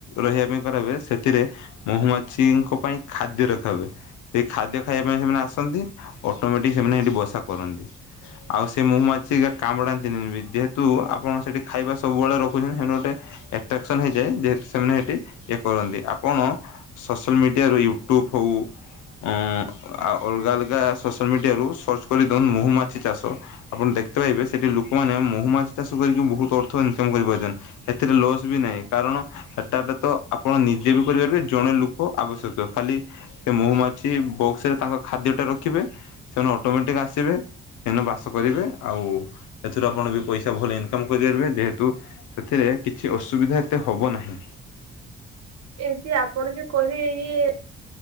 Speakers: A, on the left; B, on the right.
A: ରହିବା ପାଇଁ କରା ହଏ ସେଥିରେ ମହୁମାଛିଙ୍କ। ପାଇଁ ଖାଦ୍ୟ ରଖାହୁଏ ସେ ଖାଦ୍ୟ ଖାଇବା ପାଇଁ ସେମାନେ ଆସନ୍ତି ଅଟୋମେଟିକ ସେମାନେ ସେଠି ବସା କ କରନ୍ତି ଆଉ ସେ ମହୁ ମାଛି ଏକା କାମୁଡ଼ାନ୍ତିନି ବି ଯେହେତୁ ଆପଣ ଖାଇବା ସବୁବେଳେ ରଖୁ ସେମାନେ ଗୋଟେ ଆଟ୍ରାକ୍ସନ ହେଇଯାଏ ଯେହେତୁ ସେମାନେ ସେଠି ଏ କରନ୍ତି ଆପଣ ସୋସିଆଲ ମିଡି ଡିଆ ରୁ ୟୁ ଟ୍ୟୁବ୍ ହଉ ଆଁ ଆଉ ଅଲଗା ଆଲାଗ ସୋସିଆଲ ମିଡିଆ ରୁ ସର୍ଚ୍ଚ ନ ମହୁ ମାଛି ଚାଷ ଆପଣ ଦେଖିତେ ପାଇବେ ସେଠି ଲୋକମାନେ ମହୁମାଛି ଚାଷ କରିକି ବହୁ ଅର୍ଥ ଇନ ପାରୁଛନ୍ତି ଏଥିରେ ଲସ୍ ବି ନାହିଁ କାରଣ ଏଟାରେ ତ ଆପଣ ନିଜେ ବି କରିପାରିବେ ଜଣେ ଲୁକ। ଆବଶ୍ୟକ ଖାଲି ସେ ମହୁମାଛି ବକ୍ସ ରେ ତାଙ୍କ ଖାଦ୍ୟ ଟା ରଖିବେ ସେମାନେ ଅଟୋମେଟିକ ଆ ଆସିବେ ସେନ ବାସ କରିବେ ଆଉ ସେଥିରୁ ଆପଣ ବି ପଇସା ଭଲ ଇନକମ୍ କରିପାରିବେ ଯେହେତୁ ସେଥିରେ କିଛି ଅସୁବିଧା ଏତେ ହବ ନାହିଁ।
B: ଏ ଯେ ଆପଣ ଜେ କରିଏ ଇଏ